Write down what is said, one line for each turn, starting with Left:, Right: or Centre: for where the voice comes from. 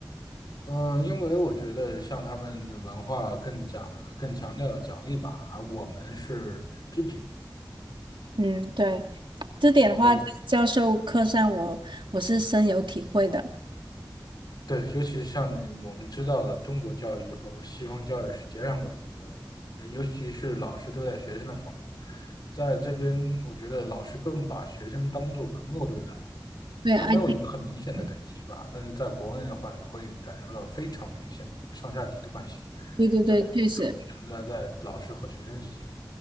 Left: 嗯，因为我觉得像他们的文化更讲更强调奖励吧，而我们是批评
Right: 嗯，对，这点的话，
Left: 和
Right: 在教授课上我我是深有体会的。
Left: 对，尤其是像你我们知道的，中国教育和西方教育是截然不同的，尤其是老师对待学生的方面，在这边我觉得老师更把学生当做朋友对待，
Right: 对，I
Left: 他没有一个很明显的等级吧，
Right: T，嗯
Left: 但是在国内的话，你会感受到非常明显的一个上下级的关系，
Right: 对对对，
Left: 在处存在在老师和学生之间。
Right: 确实，